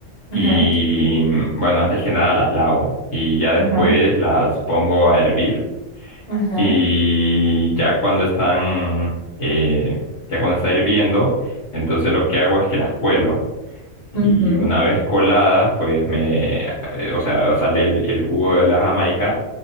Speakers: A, on the left; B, on the left.
A: y,
B: Ajá,
A: bueno, antes que nada las lavo y ya después
B: ajá,
A: las pongo a hervir
B: ajá.
A: y ya cuando están, eh, ya cuando está hirviendo, entonces lo que hago es que las cuelo. Y
B: ujú.
A: una vez coladas, pues me, eh, o sea, sale el, el jugo de la Jamaica,